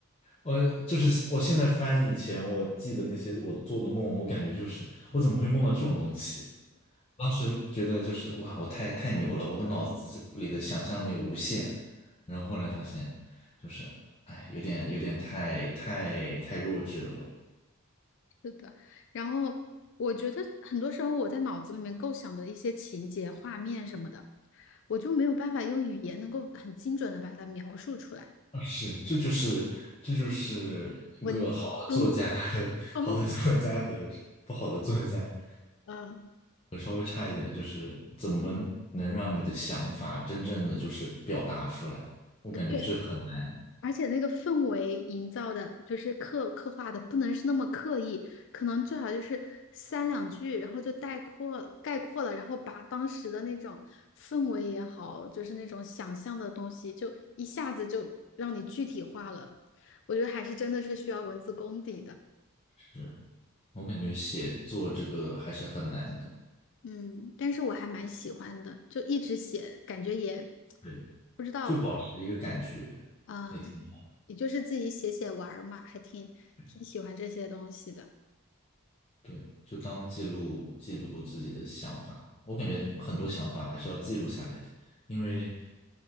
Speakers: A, on the left; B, on the left.
A: 我就是我现在翻以前我记得那些我做的梦，我感觉就是我怎么会梦到这种东西？当时觉得就是哇，我太太牛了，我的脑子里的想象力无限。然后后来发现，就是哎，有点有点太太太弱智了。
B: 是的，然后我觉得很多时候我在脑子里面构想的一些情节、画面什么的，我就没有办法用语言能够很精准的把它描述出来。
A: 啊，是，这就是这就是一个好的作家和好的作家和不好的作家，
B: 文风风景，嗯，
A: 和稍微差一点的，就是怎么能让你的想法真正的就是表达出来？我感觉这很难，
B: 对。而且那个氛围营造的，就是刻刻画的，不能是那么刻意，可能最好就是三两句，然后就概括概括了，然后把当时的那种氛围也好，就是那种想象的东西，就一下子就让你具体化了。我觉得还是真的是需要文字功底的，
A: 是我感觉写作这个还是很难的。
B: 嗯，但是我还蛮喜欢的，就一直写，感觉也
A: 对。
B: 不知道，
A: 就保持一个感觉
B: 啊、
A: 也挺好
B: 也就是自己写写玩儿嘛，还挺挺喜欢这些东西的。
A: 的。对，就当记录记录自己的想法。我感觉很多想法还是要记录下来的，因为